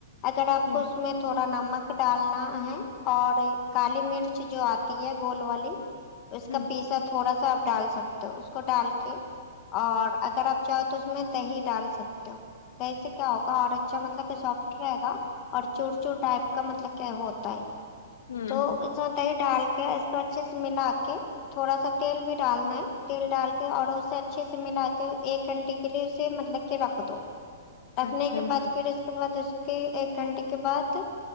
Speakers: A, on the left (about 25°); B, on the left (about 80°).
A: اگر آپ
B: ہوں
A: کو اس میں تھوڑا نمک ڈالنا ہے اور کالی مرچ جو آتی ہے گول والی اس
B: ہوں
A: کا پیسا تھوڑا سا آپ ڈال سکتے ہو اس کو ڈال کے اور اگر آپ چاہو تو اس میں دہی ڈال سکتے ہو دہی سے کیا ہوگا اور اچھا مطلب کہ سافٹ رہے گا اور چور چور ٹائپ کا مطلب کیا ہوتا ہے
B: ہوں
A: تو
B: ہوں
A: اس میں دہی ڈال کے اس کو اچھے سے ملا کے تھوڑا سا تیل بھی ڈالنا ہے تیل ڈال کے اور اسے اچھے سے ملا کے ایک گھنٹے کے لیے اسے مطلب کے رکھ دو رکھنے
B: اچھا
A: کے بعد
B: ہاں
A: پھر اس کے بعد اس کے ایک گھنٹے کے بعد